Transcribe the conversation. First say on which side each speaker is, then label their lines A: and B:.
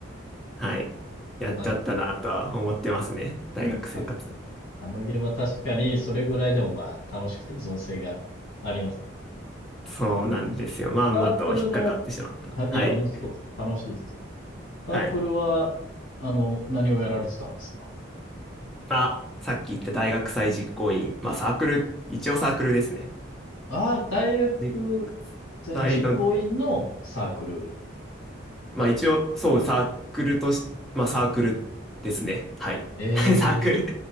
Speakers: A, in the centre; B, on the left (about 75°).
A: はい、やっちゃったなとは思ってますね。
B: まあでも、
A: 大学生活。
B: あの、あのゲームは確かにそれぐらいでもまあ楽しくて依存性がありますね。
A: そうなんですよ。まんまと引っかかってしまった。
B: サークルの、あいや、
A: はい。
B: ほんとそうです。楽しいですよね。サークルは、
A: はい。
B: あの、何をやられてたんですか
A: あ、さっき言った大学祭実行委員。まあサークル、一応サークルですね。
B: ああー、大学
A: 実
B: 生の実行委員のサークル。
A: 際のまあ一応、そう、サークルとし、まあサークルですね。はい。
B: ええ、
A: <laughs> サークル